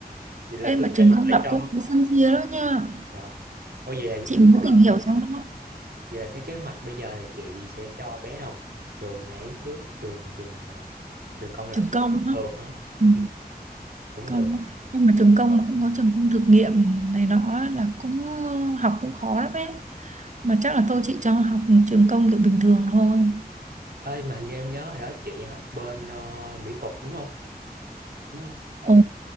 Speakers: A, on the right; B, on the right.
A: vậy là
B: em
A: cứ
B: mà
A: kế
B: trường
A: hoạch
B: công
A: là
B: lập
A: cho
B: cũng có phân chia đó nha.
A: dạ ôi vậy là
B: Chị
A: cứ
B: mới tìm hiểu
A: ờ,
B: xong đó,
A: vậy là cái kế hoạch bây giờ là chị sẽ cho bé học trường ấy trước trường trường ờ, trường công lập
B: trường công đó.
A: thường hết
B: Ừ.
A: ừ, cũng
B: công
A: được
B: á. nhưng mà trường công
A: Rồi.
B: cũng có trường công thực nghiệm này nọ á, là cũng ờ, học cũng khó lắm ấy mà chắc là tôi chị cho học trường công kiểu bình thường thôi
A: ơi mà hình như em nhớ hồi đó chị học bên ờ, mỹ thuật đúng không đúng không
B: Ồ,